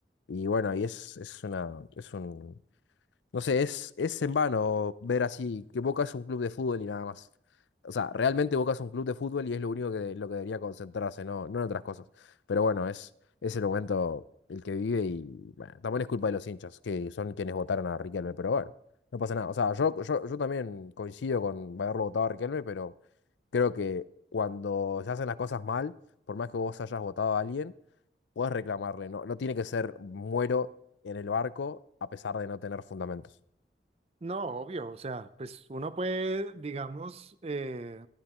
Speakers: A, on the left; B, on the right.
A: Y bueno, y es, es una, es un, no sé, es, es en vano ver así que Boca es un club de fútbol y nada más. O sea, realmente Boca es un club de fútbol y es lo único que, lo que debería concentrarse, no, no en otras cosas. Pero bueno, es, es el momento el que vive y bueno, también es culpa de los hinchas, que son quienes votaron a Riquelme, pero bueno, no pasa nada. O sea, yo, yo, yo también coincido con haberlo votado a Riquelme, pero creo que cuando se hacen las cosas mal, por más que vos hayas votado a alguien, puedes reclamarle, no, no tiene que ser muero en el barco a pesar de no tener fundamentos.
B: No, obvio, o sea, pues uno puede, digamos, eh,